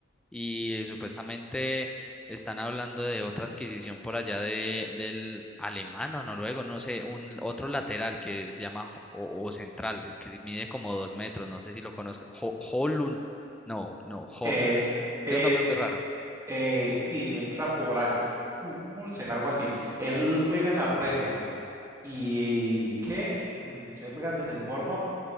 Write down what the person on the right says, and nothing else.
Eh, es,
eh, sí, empieza por H, Hu- Hulsen, algo así. Él juega en la Premier League. ¿Y qué? Mm, él juega en el Bournemouth